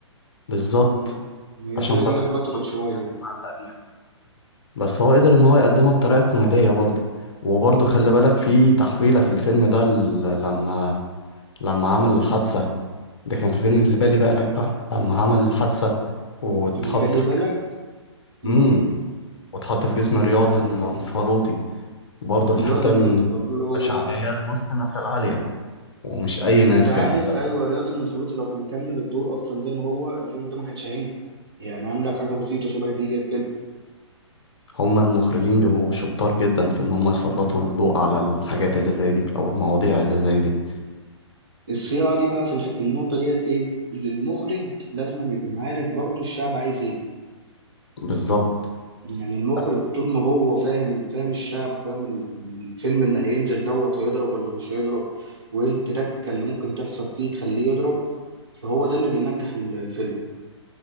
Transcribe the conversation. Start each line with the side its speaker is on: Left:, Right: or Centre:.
Left: بالظبط
Right: مم. إن هي
Left: عشان
Right: الفئه
Left: خاطر
Right: ديت كترت
Left: إحنا
Right: شويه
Left: بدأت الناس تتعلق بيها بس هو قدر ان هو يقدمها بطريقه كوميديه برضه وبرضه خلي بالك في تحويله في الفيلم ده ل- لما لما عمل الحادثه ده كان في فيلم اللي بالي بالك بقى لما عمل الحادثه واتحط
Right: اللي بالي
Left: في
Right: بالك
Left: جسم
Right: مم.
Left: امم واتحط في جسم رياضي المنفلوطي برضه الحته
Right: الواد المنفر
Left: من
Right: له
Left: شعبيه لوسط الناس العاليه ومش اي
Right: انت
Left: ناس
Right: عارف
Left: كمان ده
Right: ايوه رياض المنفلوطي لو كان كمل الدور اصلا زي ما هو الفيلم ده ما كانش هينجح يعني عندك حاجه بسيطه شبه ديت كده
Left: هم المخرجين بيبقوا شطار جدا في ان هم يسلطوا الضوء على الحاجات اللي زي دي او المواضيع اللي زي دي
Right: الصياعه دي بقى في الح- في النقطه ديت ايه اللي المخرج لازم يكون عارف برضو الشعب عايز ايه
Left: بالظبط
Right: يعني المخرج
Left: بس
Right: طول ما هو فاهم فاهم الشعب فاهم ال- الفيلم اللي هينزل دوت هيضرب ولا مش هيضرب وايه التركه اللي ممكن تحصل فيه تخليه يضرب فهو ده اللي بينجح ال- الفيلم